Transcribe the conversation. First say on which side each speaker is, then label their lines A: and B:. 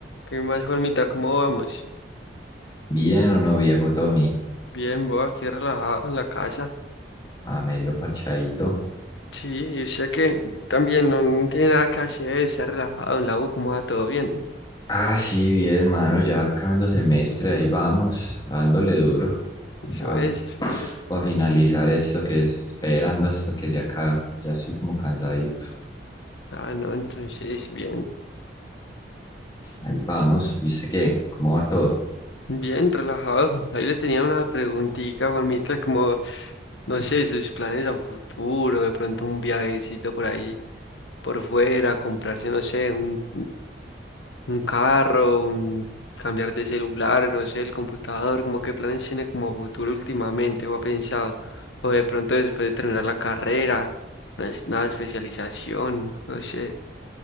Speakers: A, on the left; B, on the left.
A: ¿Qué más, Juanmita? ¿Cómo vamos?
B: Bien o no, viejo Tommy.
A: Bien, vos aquí relajado en la casa.
B: Amelo parchadito.
A: Sí, y usted que también no, no tiene nada que hacer, está relajado en la U, ¿cómo va todo bien?
B: Ah, sí, bien, mano. Ya acabando semestre, ahí vamos, dándole duro.
A: Eso
B: Ya,
A: es, eso es.
B: para finalizar esto que es, esperando esto que se acaba. Ya estoy como cansadito.
A: Ah, no, entonces, bien,
B: Ahí vamos. ¿Y qué? ¿Cómo va todo?
A: bien, relajado. Ahí le tenía una preguntita, Juanmita, como, no sé, sus planes a futuro, de pronto un viajecito por ahí, por fuera, comprarse, no sé, un, un carro, un cambiar de celular, no sé, el computador, como qué planes tiene como futuro últimamente o ha pensado, o de pronto después de terminar la carrera, una, es- una especialización, no sé,